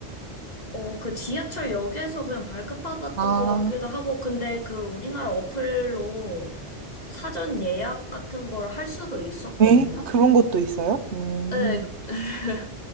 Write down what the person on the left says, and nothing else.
어, 그 지하철역에서 그냥 발급받았던
것 같기도 하고, 근데 그 우리나라 어플로 사전 예약 같은 거를 할 수도 있었거든요.
네, <laughs>